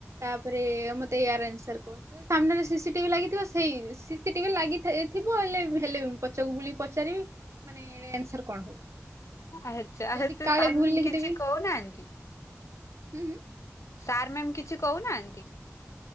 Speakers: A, on the right (about 70°); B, on the left (about 75°).
A: ତାପରେ ମତେ ଏୟାର ଆନ୍ସର କହ। ସାମ୍ନାରେ ସିସି ଟିଭି ଲାଗିଥିବ, ସେଇ ସିସି ଟିଭି ଲାଗି ଥାଏ ଥିବ ହେଲେ ହେଲେ ପଛକୁ ବୁଲିକି ପଚାରିବି। ମାନେ ଏରେ ଆନ୍ସର କଣ ହବ?
B: ଆଚ୍ଛା ଆ
A: ଯଦି
B: ସେ
A: କାଳେ
B: ସାର୍
A: ଭୁଲ
B: ମାନେ
A: ଲେଖିଦେବି
B: କିଛି କହୁନାହାନ୍ତି?
A: ହୁଁ ହୁଁ।
B: ସାର୍ ମ୍ୟାମ୍ କିଛି କହୁନାହାନ୍ତି?